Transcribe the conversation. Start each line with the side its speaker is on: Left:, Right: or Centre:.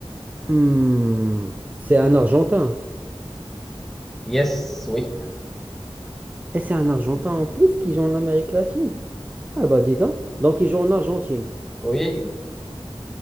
Right: Hmm, c'est un Argentin.
Centre: Yes, oui.
Right: Et c'est un Argentin en plus qui joue en Amérique latine. Ah bah dis donc. Donc il joue en Argentine.
Centre: Oui,